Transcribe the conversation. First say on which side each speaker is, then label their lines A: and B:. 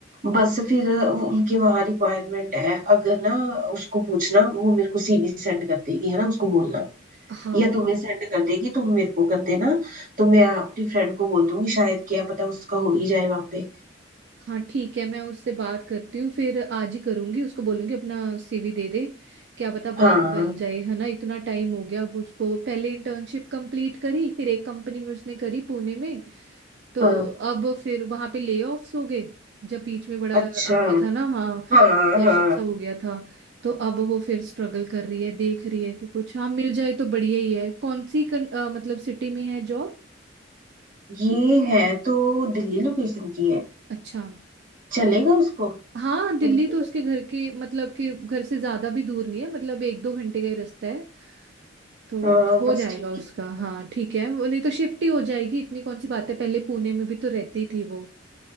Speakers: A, on the right (about 45°); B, on the right (about 60°).
A: बस फिर वो- उनके वहाँ रिक्वायरमेंट है अगर ना उसको पूछना वो मेरे को सीवी सेंड कर देगी है ना उसको बोलना
B: हाँ
A: या तुम्हें सेंड कर देगी तुम मेरे को कर देना तो मैं अपनी फ्रेंड को बोल दूंगी शायद क्या पता उसका हो ही जाए वहाँ पे
B: हाँ ठीक है मैं उससे बात करती हूँ फिर आज ही करूंगी उसको बोलूंगी अपना सीवी दे दे क्या पता
A: हाँ
B: बात बन जाए है ना इतना टाइम हो गया अब उसको पहले इंटर्नशिप कंप्लीट करी फिर एक कंपनी में उसने करी पुणे में तो
A: हाँ
B: अब फिर वहां पे ले ऑफ्स हो गए जब बीच में बड़ा
A: अच्छा
B: आ गया था ना हाँ
A: हाँ
B: रिसेशन
A: हाँ
B: सा हो गया था तो अब वो फिर स्ट्रगल कर रही है देख रही है कि कुछ हाँ मिल जाए तो बढ़िया ही है कौन सी कन, अ, मतलब सिटी में है जॉब
A: ये है तो दिल्ली लोकेशन की है
B: अच्छा
A: चलेगा उसको
B: हाँ
A: कोई
B: दिल्ली
A: दिक्कत
B: तो
A: तो
B: उसके
A: नहीं
B: घर
A: है
B: के मतलब कि घर से ज्यादा भी दूर नहीं है मतलब एक दो घंटे का ही रास्ता है तो
A: हाँ
B: हो
A: बस
B: जाएगा
A: ठीक
B: उसका
A: है
B: हाँ ठीक है वो नहीं तो शिफ्ट ही हो जाएगी इतनी कौन सी बात है पहले पुणे में भी तो रहती थी वो